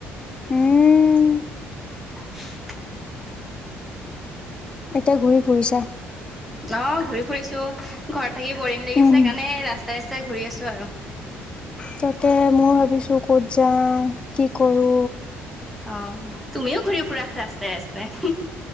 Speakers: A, on the left; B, in the centre.
A: উম
B: <inaudible>
A: এতিয়া ঘূৰি ফুৰিছা?
B: অ ঘূৰি ফুৰিছো ঘৰত থাকি বৰিং <inaudible> লাগিছে
A: উম।
B: কাৰণে ৰাস্তাই ৰাস্ত তাই ঘূৰি আছো আৰুৰ্
A: তাতে ময় ভাবিছোঁ ক'ত যাওঁ কি কৰো
B: অ তুমিও ঘূৰি ফুৰা ৰাস্তাই ৰাস্তাই